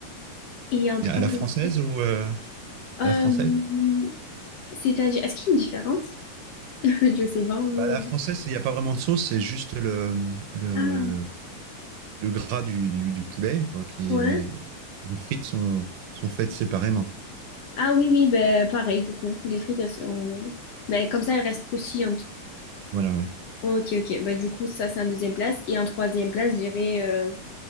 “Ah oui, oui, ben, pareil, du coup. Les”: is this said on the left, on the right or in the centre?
Left